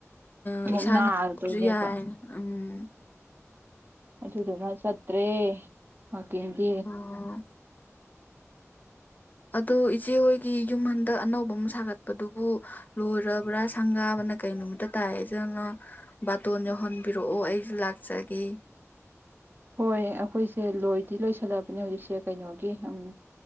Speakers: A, on the left (about 35°); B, on the right (about 40°).
A: ꯎ
B: ꯑꯃꯨꯛ
A: ꯏꯁꯥ
B: ꯅꯥꯗꯣꯏꯅꯦꯕ
A: ꯅꯥꯕꯁꯨ ꯌꯥꯏ ꯎꯝ
B: ꯑꯗꯨꯗꯨꯅ ꯆꯠꯇ꯭ꯔꯦ ꯃꯀꯤꯟꯗꯤ
A: ꯑꯣ ꯑꯗꯣ ꯏꯆꯦ ꯍꯣꯏꯒꯤ ꯌꯨꯝ ꯍꯟꯗꯛ ꯑꯅꯧꯕ ꯑꯃ ꯁꯥꯒꯠꯄꯗꯨꯕꯨ ꯂꯣꯏꯔꯕ꯭ꯔꯥ ꯁꯪꯒꯥꯕꯅ ꯀꯩ ꯅꯨꯣꯝꯇ ꯇꯥꯏꯑꯦ ꯑꯗꯨꯅ ꯕꯥꯇꯣꯟ ꯌꯧꯍꯟꯕꯤꯔꯛꯑꯣ ꯑꯩꯁꯨ ꯂꯥꯛꯆꯒꯦ
B: ꯍꯣꯏ ꯑꯩꯈꯣꯏꯁꯦ ꯂꯣꯏꯗꯤ ꯂꯣꯏꯁꯜꯂꯛꯑꯕꯅꯦ ꯍꯧꯖꯤꯛꯁꯦ ꯀꯩꯅꯣꯒꯤ ꯎꯝ